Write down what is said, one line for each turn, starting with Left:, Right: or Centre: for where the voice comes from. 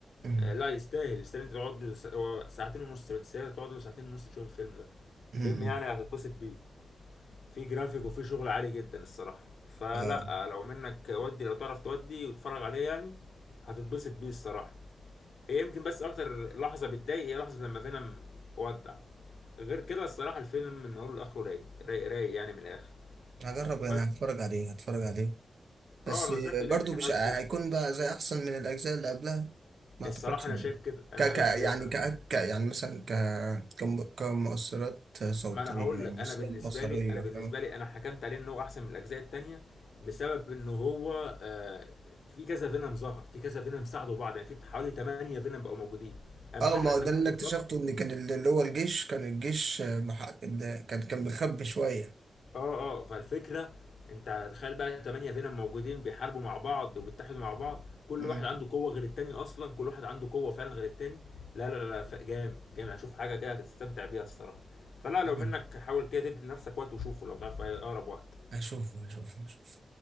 Right: أمم،
Left: آه، لا يستاهل يستاهل انت تقعد له سا- هو ساعتين ونص ما تستاهل تقعد له ساعتين ونص تشوف الفيلم ده
Right: أمم،
Left: فيلم يعني هتتبسط بيه في جرافيك وفي شغل عالي جدا الصراحه فلا
Right: اه
Left: آه، لو منك ودي لو تعرف تودي وتتفرج عليه يعني هتتبسط بيه الصراحه هي يمكن بس اكتر لحظه بتضايق هي لحظه لما فينوم ودع غير كده الصراحه الفيلم من اوله لاخره رايق رايق رايق يعني من الاخر
Right: هجرب انا
Left: بس
Right: هتفرج عليه هتفرج عليه بس
Left: اه نصيحتي ليك
Right: برضو مش
Left: حاول
Right: هيكون
Left: تشوفه
Right: بقى زي احسن من الاجزاء اللي قبلها ما
Left: الصراحه
Right: اعتقدش
Left: انا
Right: يعني
Left: شايف كده انا
Right: ك ك
Left: شايف
Right: يعني
Left: كده فعلا
Right: ك ك يعني مثلا ك كم- كمؤثرات صوتية
Left: ما انا هقول
Right: مؤثرات
Left: لك انا بالنسبه
Right: بصرية
Left: لي انا بالنسبه
Right: فاهم
Left: لي انا حكمت عليه ان هو احسن من الاجزاء التانية بسبب ان هو آه في كذا فينوم ظهر في كذا فينوم ساعدوا بعض يعني في حوالي 8 فينوم بقوا موجودين انا
Right: اه
Left: مش فاكر
Right: ما هو
Left: اساميهم
Right: ده اللي أنا
Left: بالظبط
Right: اكتشفته ان كان ال- اللي هو الجيش كان الجيش آه، مح... ال- كان كان مخبي شويه
Left: اه اه فالفكره انت تخيل بقى تمانية فينوم موجودين بيحاربوا مع بعض وبيتحدوا مع بعض كل
Right: مم.
Left: واحد عنده قوه غير التاني اصلا كل واحد عنده قوه فعلا غير التاني لا لا لا لا، ف- جامد جامد هشوف حاجه كده هتستمتع بيها الصراحه فلا
Right: مم.
Left: لو منك حاول كده تدي لنفسك وقت وشوفه لو تعرف في اقرب وقت
Right: هشوفه هشوفه هشوفه